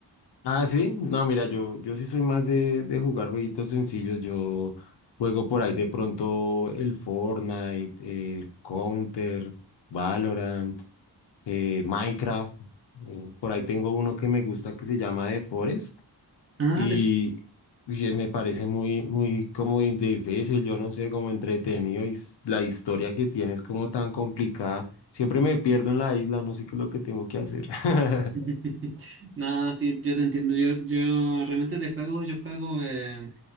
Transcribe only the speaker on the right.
Ah,
<laughs> No, sí, yo te entiendo. Yo, yo realmente de juegos, yo juego. eh,